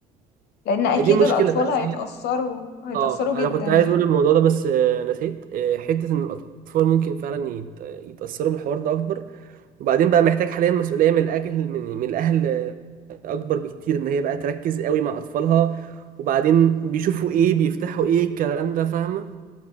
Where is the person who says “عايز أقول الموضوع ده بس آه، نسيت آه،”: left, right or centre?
Right